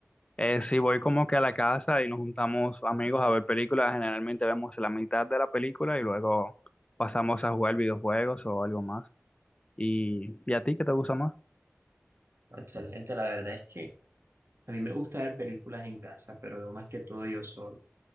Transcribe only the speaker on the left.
Eh, sí, voy como que a la casa y nos juntamos amigos a ver películas. Generalmente vemos la mitad de la película y luego pasamos a jugar videojuegos o algo más. ¿Y, ¿y a ti qué te gusta más?